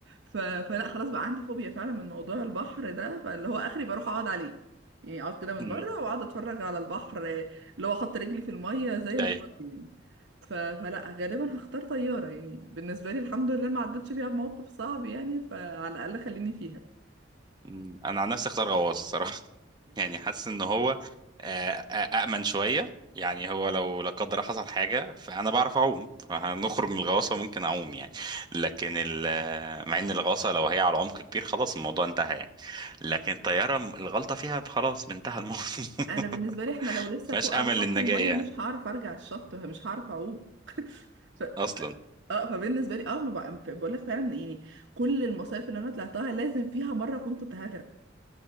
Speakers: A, on the right; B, on the right.
A: ف... فلا خلاص بقى عندي فوبيا فعلا من موضوع البحر ده فاللي هو اخري بروح اقعد عليه يعني اقعد كده من
B: مم.
A: بره واقعد اتفرج على البحر اللي هو احط رجلي في الميه زي الفل
B: ايوه
A: يعني ف... فلا غالبا هختار طياره يعني بالنسبه لي الحمد لله ما عدتش فيها بموقف صعب يعني فعلى الاقل خليني فيها
B: مم. انا عن نفسي اختار غواص الصراحة <laughs> يعني حاسس ان هو آه، آه، أأمن شوية يعني هو لو لا قدر حصل حاجة فأنا بعرف أعوم فهنخرج من الغواصة ممكن أعوم يعني لكن ال- آه، مع إن الغواصة لو هي على عمق كبير خلاص الموضوع انتهى يعني لكن الطيارة م- الغلطة فيها خلاص انتهى الموضوع <laughs>
A: انا بالنسبه لي احنا لو لسه
B: مفيهاش
A: فوق
B: أمل
A: على سطح
B: للنجاة
A: الميه
B: يعني
A: مش هعرف ارجع الشط مش هعرف اعوم <laughs> ف... ف...
B: أصلا
A: اه فبالنسبه لي اه ما بقى... بقول لك فعلا يعني كل المصايف اللي انا طلعتها لازم فيها مره اكون كنت هغرق